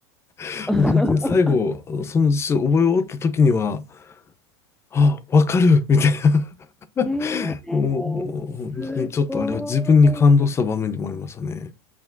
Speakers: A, on the left; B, in the centre.
A: <laughs>
B: <laughs>
A: もう本当に最後、その辞書を覚え終わった時には、あ、わかるみたいな
B: ええすご
A: <laughs> もう、本当にちょっとあれは自分に感動した場面でもありましたね。
B: い。